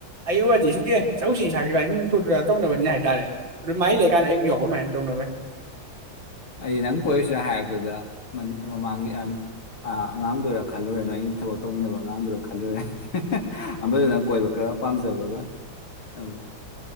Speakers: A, on the right; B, on the left.
A: ꯑꯩ ꯑꯣꯏꯔꯗꯤ ꯁꯨꯝ ꯑꯦ ꯆꯔꯧꯁꯤ ꯁꯥ ꯏꯕꯥꯅꯤ ꯁꯨꯝ ꯊꯨꯗ ꯇꯧꯅꯕꯅꯤ ꯍꯥꯏ ꯇꯔꯦ ꯑꯗꯨ ꯃꯥꯥꯏ ꯂꯩꯀꯥꯟꯗ ꯑꯩ ꯑꯃꯨꯛ ꯌꯥꯎꯕꯃꯥꯏꯅ ꯇꯧꯅꯕꯅꯦ
B: ꯑꯩ ꯅꯪ ꯀꯣꯏꯔꯨꯁꯤꯔ ꯍꯥꯏꯔꯛꯄꯗ ꯃꯥꯡꯒꯤ ꯑ ꯑꯉꯥꯡꯗꯨꯔ ꯈꯜꯂꯨꯔꯦ ꯅꯣꯏ ꯑꯩ ꯊꯕꯛ ꯇꯧꯃꯤꯟꯅꯕ ꯑꯉꯥꯡꯗꯨꯔ ꯈꯜꯂꯨꯔꯦ ꯑꯃꯗꯨꯅꯪ ꯀꯣꯏꯕ ꯈꯔ ꯄꯥꯝꯖꯕꯒ ꯑ